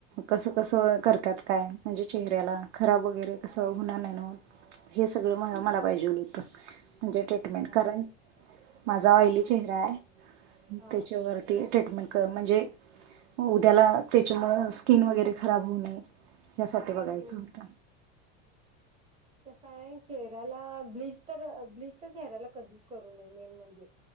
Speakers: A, on the right; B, on the right.
A: कस कस करत्यात काय म्हणजे चेहऱ्याला, खराब वगैरे कसं होणार नाही नव? हे सगळ म मला पाहिजेल होत म्हणजे ट्रीटमेंट
B: हा
A: कारण माझा ऑयली
B: हा
A: चेहरा आहे
B: हा
A: त्याच्यावरती ट्रीटमेंट कर म्हणजे उद्याला त्याच्यामुळं स्किन वगैरे खराब होऊ नये, यासाठी बघायच
B: हम्म
A: होत.
B: कस हाय, चेहऱ्याला ब्लीच तर ब्लिच तर चेहऱ्याला कधीच करू नये मेन म्हणजे.